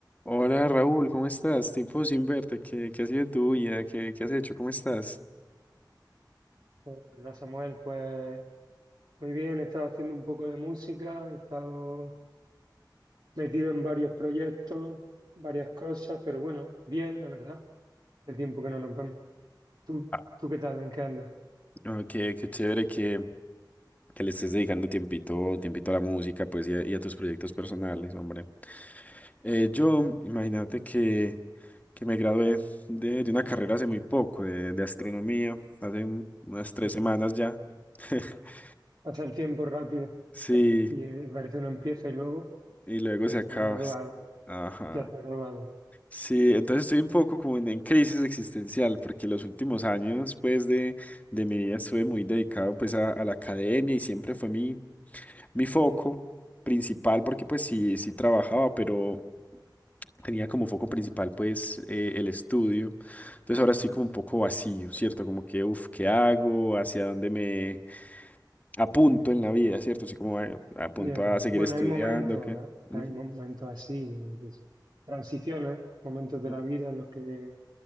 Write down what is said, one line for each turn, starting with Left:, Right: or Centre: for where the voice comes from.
Left: Hola Raúl, ¿cómo estás? Tiempo sin verte, ¿qué, qué ha sido de tu vida? ¿Qué, qué has hecho? ¿Cómo estás?
Right: Pues, Hola Samuel, pues muy bien, he estado haciendo un poco de música, he estado metido en varios proyectos, varias cosas, pero bueno, bien, la verdad, el tiempo que no nos vemos. ¿Tú,
Left: Ah,
Right: tú qué tal? ¿En qué andas?
Left: no, qué, qué chévere que, que le estés dedicando tiempito, tiempito a la música, pues, y a, y a tus proyectos personales, hombre. Eh, yo, imagínate que, que me gradué de, de una carrera hace muy poco, de, de astronomía, hace un- unas tres
Right: Mm,
Left: semanas ya. <laughs>
Right: Pasa el tiempo rápido
Left: Sí,
Right: <laughs> y eh, parece uno empieza y luego
Left: y luego
Right: ya
Left: se
Right: está
Left: acabas.
Right: graduado,
Left: Ajá.
Right: ya está graduado.
Left: Sí, entonces estoy un poco como en, en crisis existencial, porque los últimos años, pues, de, de mi vida estuve muy dedicado, pues, a, a la academia y siempre fue mi, mi foco principal, porque, pues, sí, sí trabajaba, pero tenía como foco principal, pues, eh, el estudio. Entonces ahora estoy como un poco vacío, ¿cierto? Como que, uff, ¿qué hago? ¿Hacia dónde me apunto en la vida, ¿cierto? Así como, bueno, apunto
Right: Ya.
Left: a seguir
Right: Bueno,
Left: estudiando,
Right: hay momentos,
Left: que...
Right: ¿eh?
Left: Ujú,
Right: Hay momentos así, que es- transiciones, momentos de
Left: ujú,
Right: la vida en los que